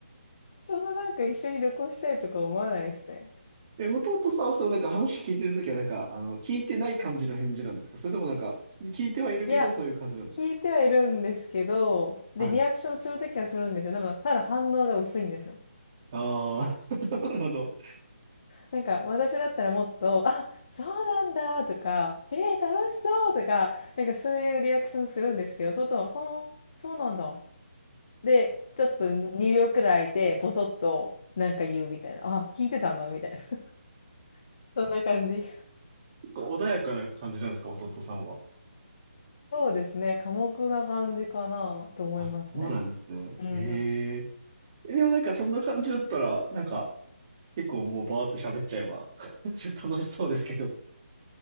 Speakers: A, on the left; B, on the right.
A: そんななんか一緒に旅行したいとか思わないですね。
B: え、弟さんはそのなんか話聞いてるときはなんか、あの、聞いてない感じの返事なんですかそれともなんか、聞いてはいるけどそういう感じなんです
A: いや、聞いてはいるんですけど、
B: かはい。
A: で、リアクションするときはするんですよ。でも、ただ反応が薄いんですよ。
B: ああ、<laughs> なるほど。
A: なんか、私だったらもっと、あ、そうなんだとか、えー、楽しそうとか、なんかそういうリアクションするんですけど、トトは、はあー、そうなんだ。で、ちょっと2秒くらい空いて、ポソッとなんか言うみたいな。あ、聞いてたのみたいな。<laughs> そんな感じ。
B: 結構穏やかな感じなんですか弟さんは。
A: そうですね。寡黙な感じかなと思いますね。
B: あ、そうなんですね。
A: うんうん。
B: ええ。えでもなんかそんな感じだったら、なんか、結構もうバーって喋っちゃえば <laughs> 楽しそうですけど。